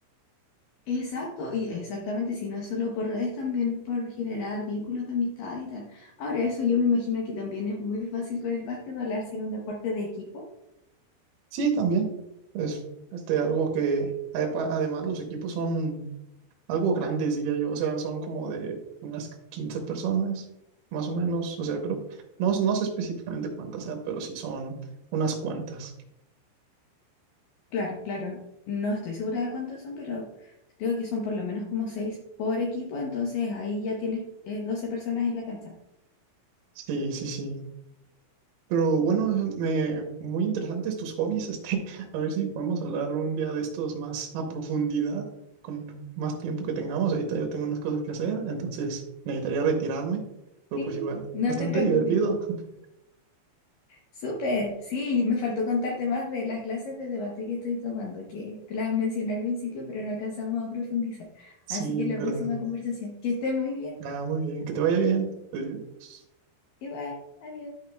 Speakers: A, on the left; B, on the right.
A: Exacto, y exactamente, si no es solo por redes, también por generar vínculos de amistad y tal. Ahora, eso yo me imagino que también es muy fácil con el básquet hablarse en un deporte de equipo.
B: Sí, también. Es este, algo que, adepa- además, los equipos son algo grandes, diría yo. O sea, son como de unas 15 personas, más o menos. O sea, creo, no, no sé específicamente cuántas sea, pero sí son unas cuantas.
A: Claro, claro, no estoy segura de cuántos son, pero creo que son por lo menos como seis por equipo, entonces ahí ya tienes eh, 12 personas en la cancha.
B: Sí, sí, sí. Pero bueno, me, muy interesantes tus hobbies, este, <laughs> a ver si podemos hablar un día de estos más a profundidad, con más tiempo que tengamos. Ahorita yo tengo unas cosas que hacer, entonces necesitaría retirarme, pero
A: Sí,
B: pues igual,
A: no
B: bastante
A: te preocupes.
B: divertido. <laughs>
A: Súper, sí, me faltó contarte más de las clases de debate que estoy tomando, que te las mencioné al principio, pero no alcanzamos a profundizar.
B: Sí,
A: Así que
B: es
A: la
B: verdad.
A: próxima conversación, que estés muy bien.
B: Ah, muy bien, que te vaya bien. Adiós.
A: Igual, adiós.